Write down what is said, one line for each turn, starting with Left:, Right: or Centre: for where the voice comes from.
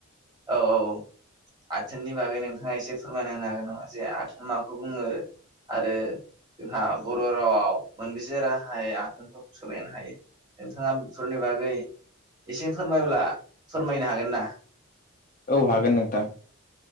Right: औ औ औ। आथोननि बागै नोंथाङा एसे फोरमायना होनो हागोन नामा जे आथोन आ माखौ बुङो? आरो जोंहा बर' रावाव मोनबेसे राहायै आथोनफोरखौ सोलायनो हायो। नोंथाङा बेफोरनि बागै एसे फोरमायब्ला फोरमायनो हागोन ना?
Left: औ हागोन नोंथां।